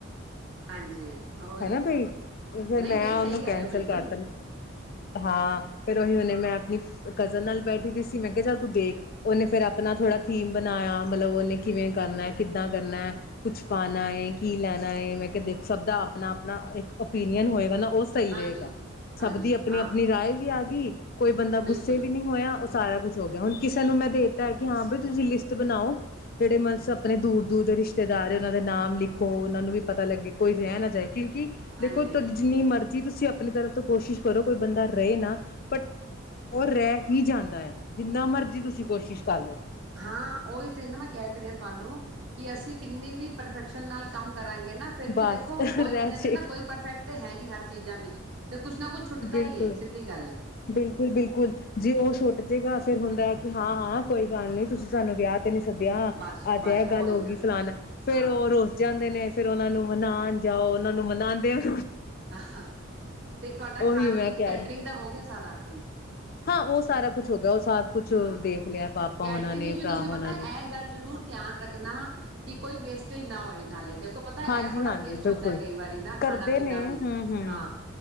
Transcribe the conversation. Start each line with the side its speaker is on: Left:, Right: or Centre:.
Right: ਹਾਂਜੀ ਉਹੀ
Left: ਹੈਨਾ ਬਈ
Right: ਤੇ
Left: ਫਿਰ
Right: ਨਹੀਂ
Left: ਮੈਂ
Right: ਨਹੀਂ
Left: ਉਹਨੂੰ
Right: ਸਹੀ ਕਹਿ
Left: ਕੈਂਸਲ
Right: ਰਹੇ ਹੋ ਬਿਲਕੁਲ
Left: ਕਰਤਾ ਹਾਂ ਫੇਿਰ ਉਹੀ ਉਹਨੇ ਮੈਂ ਆਪਣੀ ਕਜ਼ਨ ਨਾਲ ਬੈਠੀ ਦੀ ਸੀ ਮੈਂ ਕਿਹਾ ਚੱਲ ਤੂੰ ਦੇਖ ਉਹਨੇ ਫੇਿਰ ਆਪਣਾ ਥੋੜਾ ਥੀਮ ਬਨਾਇਆ ਮਤਲਬ ਉਹਨੇ ਕਿਵੇਂ ਕਰਨਾ ਕਿੱਦਾਂ ਕਰਨਾ ਏ ਕੁਛ ਪਾਨਾ ਏ ਕੀ ਲੈਣਾ ਏ ਮੈਂ ਕਿਹਾ ਦੇਖ ਸਭ ਦਾ ਅਪਨਾ ਅਪਨਾ ਇੱਕ ਓਪੀਨੀਅਨ ਹੋਏਗਾ ਨਾ ਉਹ ਸਹੀ
Right: ਹਾਂਜੀ
Left: ਰਹੇਗਾ
Right: ਹਾਂਜੀ
Left: ਸਭ ਦੀ ਅਪਨੀ
Right: ਹਾਂ
Left: ਅਪਨੀ ਰਾਏ ਵੀ ਆ ਤੀ ਕੋਈ ਬੰਦਾ
Right: ਬਿਲਕੁਲ
Left: ਗੁੱਸੇ ਵੀ ਨਹੀਂ ਹੋਇਆ। ਸਾਰਾ ਕੁਛ ਹੋ ਗਿਆ ਹੁਣ ਕਿਸੇ ਨੂੰ ਮੈਂ ਦੇ ਦਿੱਤਾ ਕਿ ਹਾਂ ਬ ਤੁਸੀਂ ਲਿਸਟ ਬਣਾਓ ਜਿਹੜੇ ਮ ਆਪਣੇ ਦੂਰ ਦੂਰ ਦੇ ਰਿਸ਼ਤੇਦਾਰ ਉਹਨਾਂ ਦੇ ਨਾਮ ਲਿਖੋ ਉਹਨਾਂ ਨੂੰ ਵੀ ਪਤਾ ਲੱਗੇ ਕੋਈ ਰਹਿ ਨਾ ਜਾਏ ਕਿਉਂਕਿ
Right: ਹਾਂਜੀ
Left: ਦੇਖੋ ਤੁ ਜਿੰਨੀ ਮਰਜ਼ੀ ਤੁਸੀਂ ਅਪ ਆਪਣੀ ਤਰਫ ਤੋਂ ਕੋਸ਼ਿਸ਼ ਕਰੋ ਕੋਈ ਬੰਦਾ ਰਹੇ ਨਾ ਬਟ ਉਹ ਰਹਿ ਹੀ ਜਾਂਦਾ ਆ ਜਿੰਨਾ ਮਰਜ਼ੀ ਤੁਸੀਂ ਕੋਸ਼ਿਸ਼ ਕਰ ਲਓ
Right: ਹਾਂ ਉਹੀ ਤੇ ਨਾ ਮੈਂ ਕਹਿ ਤੇ ਰਿਹਾ ਤੁਹਾਨੂੰ ਕਿ ਅਸੀਂ ਕਿੰਨੀ ਵੀ ਪਰਫੈਕਸ਼ਨ ਨਾਲ ਕੰਮ ਕਰਾਂਗੇ ਨਾ ਫਿਰ ਵੀ
Left: ਬਸ
Right: ਦੇਖੋ ਉਹੀ
Left: ਰਹਿ
Right: ਕਹਿੰਦੇ ਨੇ
Left: ਜੇ
Right: ਨਾ ਕੋਈ ਪਰਫੈਕਟ ਹੈ ਨੀ ਹਰ ਚੀਜ਼ਾਂ ਵਿੱਚ ਤੇ ਕੁਛ ਨਾ ਕੁਛ ਛੁੱਟਦਾ
Left: ਬਿਲਕੁਲ
Right: ਈ ਏ ਸਿੱਧੀ ਗੱਲ ਹੈ
Left: ਬਿਲਕੁਲ-ਬਿਲਕੁਲ ਜੇ ਉਹ ਛੁੱਟ ਜੇਗਾ ਫਿਰ ਹੁੰਦਾ ਕਿ ਹਾਂ ਹਾਂ ਕੋਈ ਗੱਲ ਨਹੀ ਤੁਸੀਂ ਸਾਨੂੰ ਵਿਆਹ ਤੇ ਨੀ ਸੱਦਿਆਾਂ
Right: ਬਸ
Left: ਅੱਜ
Right: ਬਸ
Left: ਇਹ
Right: ਉਹੀ
Left: ਗੱਲ ਹੋ ਗਈ
Right: ਨਾ
Left: ਫਲਾਨ ਫੇਰ
Right: ਹਾਂ
Left: ਉਹ ਰੁਸ ਜਾਂਦੇ ਨੇ ਫੇਿਰ ਉਹਨਾਂ ਨੂੰ ਮਨਾਨ ਜਾਓ ਉਹਨਾਂ ਨੂੰ ਮਨਾਦੇ ਉਹ
Right: ਆਹ ਤੇ ਤੁਹਾਡਾ
Left: ਉਹੀ
Right: ਖਾਨ
Left: ਮੈਂ
Right: ਪੀਨ
Left: ਕਹਿ
Right: ਕੈਟਰਿੰਗ
Left: ਰਹੀ
Right: ਦਾ ਹੋ ਗਿਆ ਸਾਰਾ ਹੁਣ
Left: ਹਾਂ ਉਹ ਸਾਰਾ ਕੁਛ ਹੋ ਗਿਆ ਸਭ ਕੁਛ
Right: ਹਾਂ
Left: ਦੇਖ ਲਿਆ ਪਾਪਾ
Right: ਕੈਟਰਿੰਗ
Left: ਉਹਨਾਂ ਨੇ
Right: ਇਸ਼ੂ
Left: ਭਰਾ
Right: ਤੁਸੀਂ
Left: ਉਹਨਾਂ
Right: ਪਤਾ ਇਹ
Left: ਨੇ
Right: ਗੱਲ ਜ਼ਰੂਰ ਧਿਆਨ ਰੱਖਨਾ ਕਿ ਕੋਈ ਵੇਸਟੇਜ ਨਾ ਹੋਏ ਨਾਲੇ ਦੇ ਪਤਾ
Left: ਹਾਂਜੀ-ਹਾਂਜੀ
Right: ਇਹ ਬੜਾ ਵੇਸਟ
Left: ਬਿਲਕੁਲ
Right: ਹੁੰਦਾ ਕਈ ਵਾਰੀ ਨਾ
Left: ਕਰਦੇ
Right: ਖਾਨਾ ਪੀਨਾ
Left: ਨੇ
Right: ਵੀ
Left: ਹੂੰ-ਹੂੰ
Right: ਹਾਂ